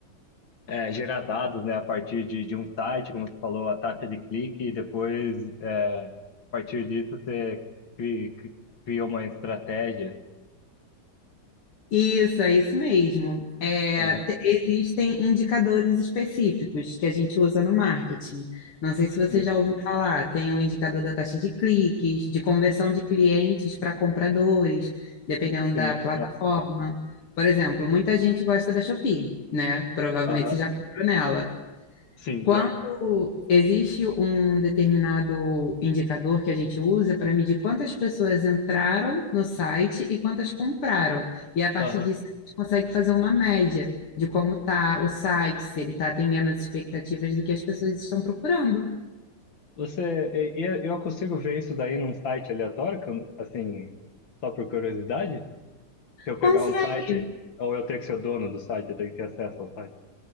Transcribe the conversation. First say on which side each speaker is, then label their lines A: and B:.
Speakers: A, on the left; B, on the left.
A: é, gerar dados, né, a partir de, de um site, como você falou, a taxa de clique, e depois, é, a partir disso, você cri- cri- cria uma estratégia.
B: Isso, é isso mesmo. É,
A: Aham,
B: te- existem indicadores específicos que a gente usa no marketing. Não sei se você
A: sim,
B: já ouviu falar, tem o indicador da taxa de cliques, de conversão de clientes para compradores, dependendo
A: sim.
B: da plataforma. Por exemplo, muita gente gosta da Shopee, né? Provavelmente
A: Aham,
B: você já comprou nela.
A: sim,
B: Quando
A: já.
B: existe um determinado indicador que a gente usa para medir quantas pessoas entraram no site e quantas compraram. E a partir
A: Aham.
B: disso a gente consegue fazer uma média de como está o site, se ele está atendendo as expectativas do que as pessoas estão procurando.
A: Você, e- e- é, eu consigo ver isso daí num site aleatório, que eu não- assim, só por curiosidade? Se eu
B: Consegue.
A: pegar um site, ou eu tenho que ser o dono do site, eu tenho que ter acesso ao site.